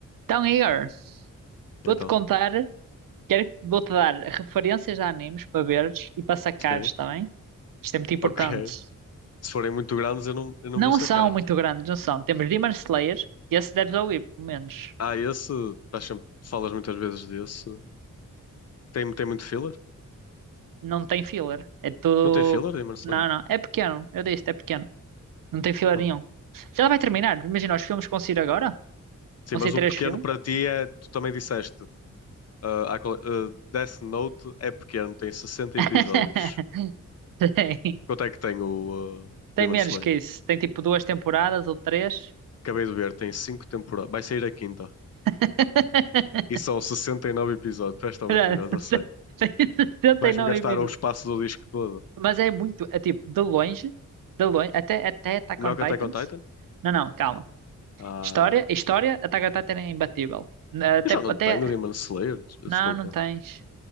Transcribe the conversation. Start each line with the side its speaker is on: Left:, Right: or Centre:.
Right: Então, Igor,
Left: Então,
Right: vou-te contar, quero, vou-te dar referências de animes para veres e para sacares
Left: sim,
Right: também. Isto é muito importante.
Left: ok. Se forem muito grandes, eu não, eu não
Right: Não
Left: vou sacar.
Right: são muito grandes, não são. Temos Demon Slayer, e esse deves ouvir, pelo menos.
Left: Ah, esse, estás sempre, falas muitas vezes desse. Tem, tem muito filler?
Right: Não tem filler. É tudo.
Left: Não tem filler em Marseille?
Right: Não, não. É pequeno. Eu disse, é pequeno. Não tem filler
Left: Ah.
Right: nenhum. Já vai terminar. Imagina, os filmes que vão sair agora?
Left: Sim,
Right: Vão
Left: mas
Right: sair três
Left: o pequeno
Right: filmes?
Left: para ti é, tu também disseste, ah, há qual- ah, Death Note é pequeno, tem 60
Right: <laughs>
Left: episódios.
Right: Tem.
Left: Quanto é que tem o uh,
Right: Tem
Left: Demon
Right: menos
Left: Slayer?
Right: que isso. Tem tipo duas temporadas ou três.
Left: Acabei de ver, tem 5 temporadas, vai sair a quinta.
Right: <laughs>
Left: E são 69 episódios, tu és tão
Right: Espera,
Left: mentiroso,
Right: <laughs>
Left: eu sei.
Right: tem 69
Left: Vais-me gastar
Right: episódios.
Left: o espaço do disco todo.
Right: Mas é muito, é tipo, de longe, de longe, até, até Attack
Left: Melhor
Right: on
Left: que
Right: Titans.
Left: Attack on Titan?
Right: Não, não, calma.
Left: Ah.
Right: História, história, Attack on Titan é imbatível. Na- Até,
Left: Eu já não
Right: até,
Left: tenho o Demon Slayer, des- desculpa.
Right: não, não tens.